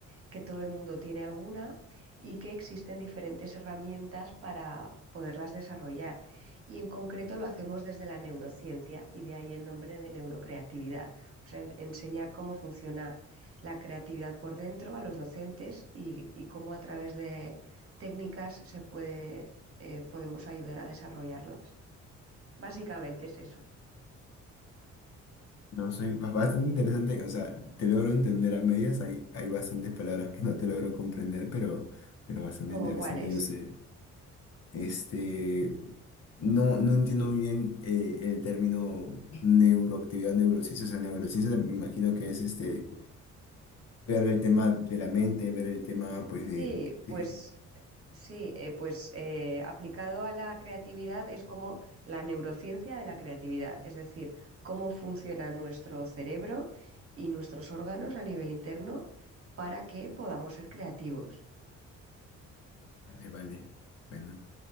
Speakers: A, on the right (about 50°); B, on the left (about 55°).
A: que todo el mundo tiene alguna y que existen diferentes herramientas para poderlas desarrollar. Y en concreto lo hacemos desde la neurociencia y de ahí el nombre de neurocreatividad, o sea, en- enseñar cómo funciona la creatividad por dentro a los docentes y, y cómo a través de técnicas se puede, eh, podemos ayudar a desarrollarlas. Básicamente es eso.
B: No sé, ba- bastante interesante, o sea, te logro entender a medias, hay, hay bastantes palabras que no te logro comprender, pero, pero bastante
A: ¿Como
B: interesante,
A: cuáles?
B: yo sé. Este, no, no entiendo muy bien eh, el término neuroactividad, neurociencia, o sea, neurociencia me imagino que es este, ver el tema de la mente, ver el tema, pues, de,
A: Sí,
B: de-
A: pues sí, eh, pues eh, aplicado a la creatividad es como la neurociencia de la creatividad, es decir, cómo funciona nuestro cerebro y nuestros órganos a nivel interno para que podamos ser creativos.
B: Vale, vale, bueno,